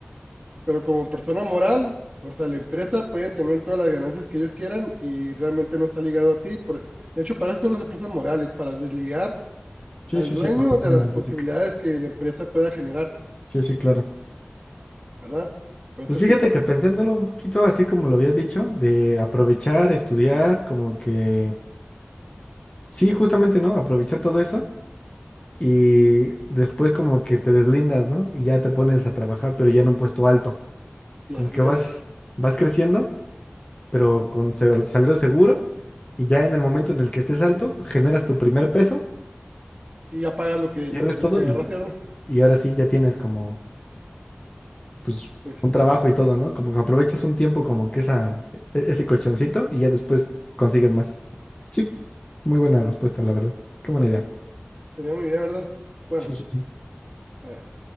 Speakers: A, on the right; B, on the left.
A: pero como persona moral, o sea, la empresa puede tener todas las ganancias que ellos quieran y realmente no está ligado a ti. Por- de hecho, para eso son las empresas morales, para desligar
B: Sí,
A: al
B: sí,
A: dueño
B: sí, a la persona
A: de las responsabilidades
B: física.
A: que la empresa pueda generar,
B: Sí, sí, claro.
A: ¿verdad? Por
B: Pues
A: eso
B: fíjate
A: que cuando,
B: que pensándolo un poquito así como lo habías dicho, de aprovechar, estudiar, como que, sí, justamente, ¿no? Aprovechar todo eso y después como que te deslindas, ¿no? Y ya te pones a trabajar, pero ya en un puesto alto.
A: y
B: como
A: así
B: que
A: es.
B: vas, vas creciendo, pero con sal- salario seguro, y ya en el momento en el que estés alto, generas tu primer peso,
A: Y ya pagas lo que,
B: pierdes
A: lo
B: todo
A: que agarraste,
B: y,
A: ¿verdad?
B: y ahora sí ya tienes como, pues,
A: Pues
B: un trabajo y todo, ¿no? Como que aprovechas un tiempo como que esa, e- ese colchoncito y ya después consigues más. Sí, muy buena respuesta, la verdad. Qué buena idea.
A: sería muy bien, ¿verdad? Bueno,
B: Sí, sí, sí.
A: a ver,